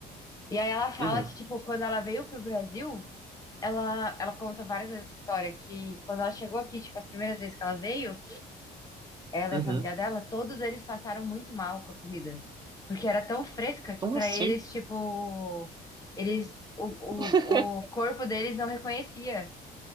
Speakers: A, on the left; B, on the right.
A: E aí ela fala
B: uhum,
A: que, tipo, quando ela veio pro Brasil, ela, ela conta várias vezes essa história, que quando ela chegou aqui, tipo, as primeiras vezes que ela veio, ela
B: uhum.
A: e a família dela, todos eles passaram muito mal com a comida. Porque era tão fresca que
B: Como
A: pra
B: assim?
A: eles, tipo, eles o,
B: <laughs>
A: o, o corpo deles não reconhecia.